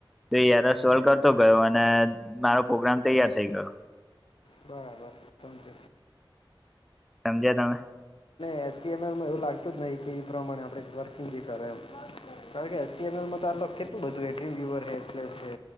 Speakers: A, in the centre; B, on the left.
A: તો એરર સોલ્વ કરતો ગયો અને મારો પ્રોગ્રામ તૈયાર થઈ ગયો.
B: બરાબર <unintelligible> સમ
A: સમજ્યા તમે
B: અચ. ટી. એમ. એલમાં એવ લાગતું જ નહી કે એ પ્રમાણે આપડે ઘર થી <unintelligible> જે કરે એમ કારણ કે ટી. એમ. એલમાં તો કેટલુ બધું તો એ ડ્રીમ વ્યુવર હે <unintelligible> ટ્લે છે